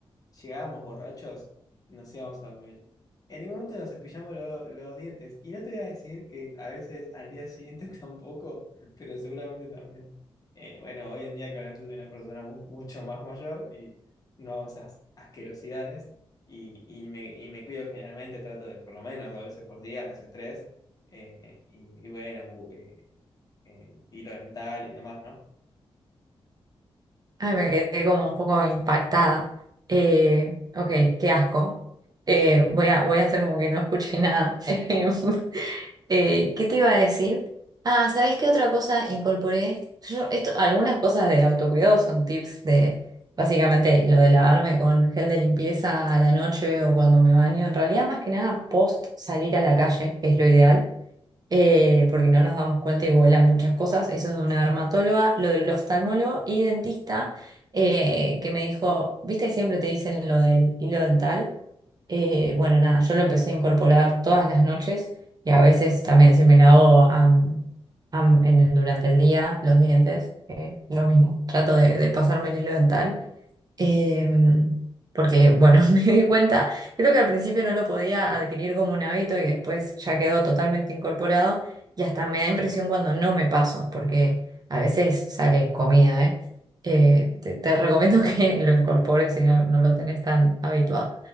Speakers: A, on the left; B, on the right.
A: llegábamos borrachos, nos íbamos a dormir. En ningún momento nos cepillamos lo- los dientes. Y no te voy a decir que a veces al día siguiente <laughs> tampoco, pero seguramente también. Eh, bueno, hoy en día claramente soy una persona mu- mucho más mayor y no hago esas asquerosidades. Y, y, me, y me cuido generalmente, trato de por lo menos dos veces por día, a veces tres. Eh, y, y bueno, en hilo dental y demás, ¿no?
B: Ay, me quedé como un poco impactada. Eh, ok, qué asco. Eh, voy a, voy a hacer como que no escuché nada. <laughs> Em, Eh, ¿qué te iba a decir? Ah, ¿sabés qué otra cosa incorporé? Yo, esto, algunas cosas de autocuidado son tips de básicamente lo de lavarme con gel de limpieza a la noche o cuando me baño. En realidad, más que nada, post salir a la calle es lo ideal. eh, porque no nos damos cuenta y vuelan muchas cosas. Eso es de una dermatóloga, lo del oftalmólogo y dentista, eh, que me dijo, viste, que siempre te dicen lo del hilo dental. Eh, bueno, nada, yo lo empecé a incorporar todas las noches y a veces también si me lavo am, am, en- durante el día los dientes, eh, lo mismo, trato de, de pasarme el hilo dental. Em, porque, bueno, <laughs> me di cuenta, creo que al principio no lo podía adquirir como un hábito y después ya quedó totalmente incorporado y hasta me da impresión cuando no me paso, porque a veces sale comida, ¿eh? Eh, te, te recomiendo <laughs> que lo incorpores si no, no lo tenés tan habituado.